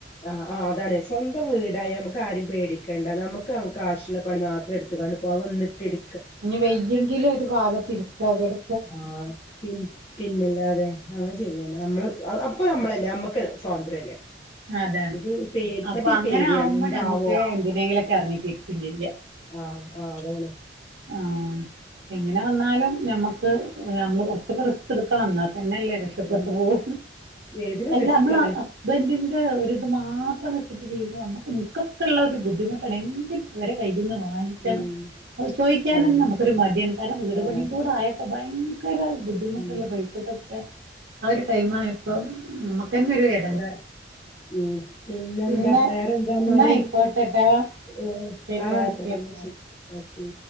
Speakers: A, on the left; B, on the right.
A: ആഹ് ആഹ് അതാണെ. സ്വന്തം വീടായ നമുക്ക് ആരിം പേടിക്കണ്ട. നമുക്ക് നമുക്ക് ആവശ്യള്ള പണി മാത്രം എടുത്ത്ക്കാണ്ട് പോവ വന്നിട്ടിട്
B: ഇഞ് വയ്യെങ്കിലും ഒരു ഭാഗത്ത് ഇര്ക്കാ കെട്
A: ആഹ് പിൻ പിന്നല്ലാതെ. അത് ശരിയാണ് നമ്മള് അപ്പൊ നമ്മളല്ലേ അമ്മക്ക് സ്വാതന്ത്ര്യല്ലേ?
B: അതാണ്.
A: ഇത് പേടി
B: അപ്പൊ
A: മറ്റൊരു
B: അങ്ങനെ
A: പേടിയാണ്
B: ആവുമ്പോ
A: എന്താവോ
B: ഞമ്മക്ക് എന്തിനേങ്കിലൊക്കെ എറങ്ങിത്തിരികും ചെയ്യ.
A: ആഹ് ആഹ് അതാണ്.
B: ആഹ്. എങ്ങനെ വന്നാലും ഞമ്മക്ക് നമ്മള് കൊറച്ചൊക്കെ റിസ്ക്ട്ക്കണം ഇന്നാ തന്നെല്ലേ. രക്ഷപ്പെട്ടു
A: ആഹ്
B: പോവൂ.
A: ഏതിനും
B: അല്ല
A: റിസ്കന്നെ
B: നമ്മള അസ് ബെൻ്റിൻ്റെ ഒരിത് മാത്രം വെച്ചിട്ട് ചെയ്യുക നമുക്ക് ഇൻക്കൊക്കെള്ളൊരു ബുദ്ധിമുട്ടാണ്. എന്തിനും ഇവരെ കയ്യ്ന്ന് വാങ്ങിക്കണം.
A: ഉം
B: അഹ് ചോയിക്ക്യാനെന്നെ
A: ആഹ്
B: നമുക്കൊരു മടിയാണ്. കാരണം വീട്
A: ആഹ്
B: പണിം കൂടായപ്പം ഭയങ്കര ബുദ്ധിമുട്ടല്ലെ
A: ഉം
B: പൈസ കൊക്കെ. ആ ഒരു ടൈം ആയപ്പം നമക്കെന്നൊര് എ
A: ഏഹ് ഉം പിന്നെന്താ?
B: പിന്നെ
A: വേറെന്താ എന്നാല്?
B: എന്നാ ആയിക്കോട്ടെട്ടോ
A: ഓഹ്
B: ശരി
A: ആഹ് ആയിക്കോട്ട
B: ഓക്കെ എന്നാല്
A: ഇന്നാ ശരി ഓക്കെ.